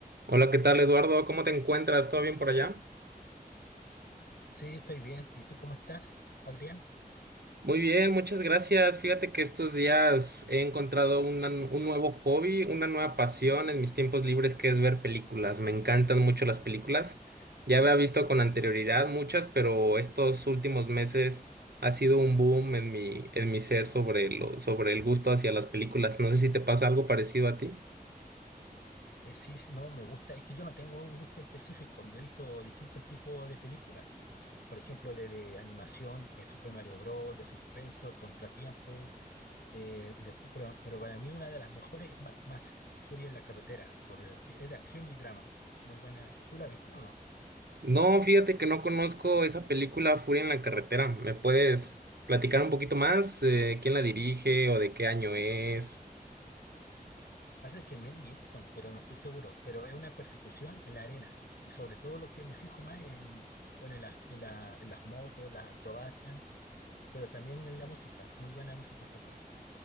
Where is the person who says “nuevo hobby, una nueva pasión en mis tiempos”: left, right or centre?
Right